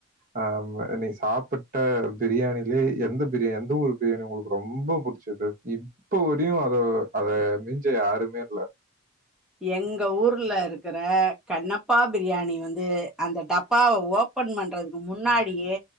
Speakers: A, on the right; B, in the centre.
A: ஆ வ நீ சாப்புட்ட பிரியாணிலே எந்த பிரியாண் எந்த ஊரு பிரியாணி ஒங்களுக்கு ரொம்ப புடிச்சது இப்ப வரையு அத அத மிஞ்ச யாருமே இல்ல
B: எங்க ஊர்ல இருக்கற கண்ணப்பா பிரியாணி வந்து அந்த டப்பாவ ஓபன் பண்றதுக்கு முன்னாடியே